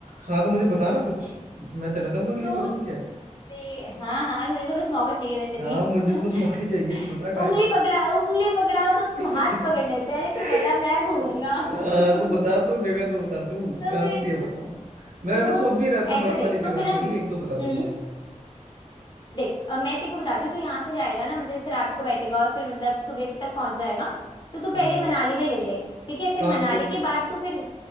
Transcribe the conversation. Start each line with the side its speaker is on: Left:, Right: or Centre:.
Right: हाँ तो मुझे बता ना कुछ मैं चला जाऊंगा अगली
Left: तो
Right: बार उसमें क्या है
Left: ते- हाँ हाँ तुझे तो बस मौका चाहिए वैसे
Right: हाँ
Left: भी
Right: मुझे
Left: <laughs>
Right: तो बस मौके चाहिए तो बता कहाँ
Left: उंगली
Right: है
Left: पकड़ा उंगली पकड़ाओ तो
Right: <laughs>
Left: हम हाथ पकड़ लेते हैं, अरे तू बता मैं घूमूंगा
Right: हाँ
Left: <laughs>
Right: तो बता तू जगह तो बता तू
Left: तो
Right: कौन
Left: फिर
Right: सी है बता मैं वैसे
Left: तो
Right: सोच भी रहा था
Left: ऐसे
Right: बर्फ
Left: देख
Right: वाली जगह
Left: तो फिर ना
Right: थोड़ी
Left: हम्म
Right: एक दो बता दे मुझे
Left: देख अब मैं तेरे को बताती हूँ तू यहाँ से जाएगा ना मतलब जैसे रात को बैठेगा और फिर मतलब सुबह तक पहुंच जाएगा तो तू पहले
Right: हाँ
Left: मनाली में ले ले ठीक है फिर
Right: कहाँ
Left: मनाली
Right: से
Left: के बाद तू फिर